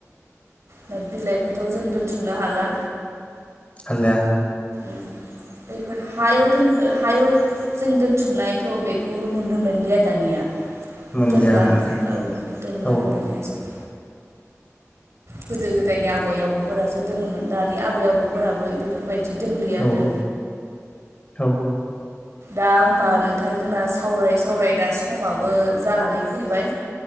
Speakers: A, on the right; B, on the left.
A: दा बिलाइखौथ' जों दोनथुमनो हाला।
B: हालाया।
A: उ बेफोर हायाव दोन हायाव जों दोनथुमनायखौ बेखौ नुनो मोनलिया दानिया।
B: मोनलिया
A: दोनलामोन
B: मोनलिया
A: औ दोनला
B: औ
A: दानि मानसिया। गोदो गोदायनि आबै आबौफोरासो दोनोमोन दानि आबै आबौफोराबो बेफोरबायदि बिदि दोनलिया
B: औ
A: आरो।
B: औ
A: दा होमबा नोंथांमोनना सावराय सावराय दा समाबो जानानै फैबाय।